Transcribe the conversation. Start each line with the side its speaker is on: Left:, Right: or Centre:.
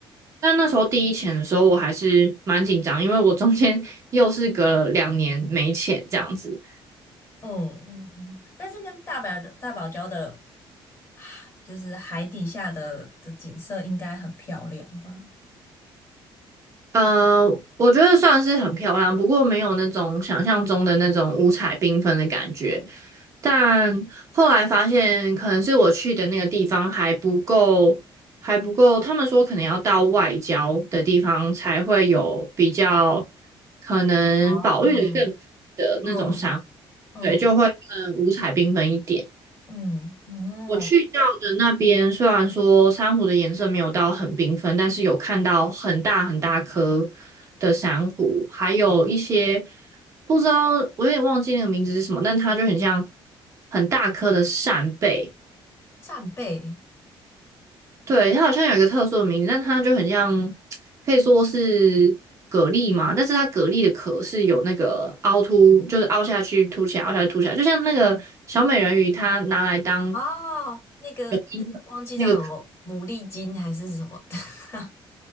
Right: 但那时候第一潜的时候，我还是蛮紧张，因为我中间 <laughs> 又是隔了两年没潜这样子。
Left: 嗯嗯，嗯但是那大堡大堡礁的海，就是海底下的的景色应该很漂亮吧？
Right: 呃，我觉得算是很漂亮，不过没有那种想象中的那种五彩缤纷的感觉。但后来发现，可能是我去的那个地方还不够，还不够。他们说可能要到外郊的地方才会有比较可能保育的更好的那种山，
Left: 哦，嗯嗯
Right: 对，就会更五彩缤纷一点。
Left: 嗯嗯，
Right: 我去到的那边，虽然说珊瑚的颜色没有到很缤纷，但是有看到很大很大颗的珊瑚，还有一些不知道，我有点忘记那个名字是什么，但它就很像很大颗的扇贝，
Left: 扇贝
Right: 对，它好像有一个特殊的名字，但它就很像，可以说是蛤蜊嘛，但是它蛤蜊的壳是有那个凹凸，就是凹下去凸起来，凹下去凸起来，就像那个小美人鱼，它拿来当
Left: 哦，那个忘记叫什么牡蛎金还是什么的，
Right: 泳衣的。那个
Left: <laughs>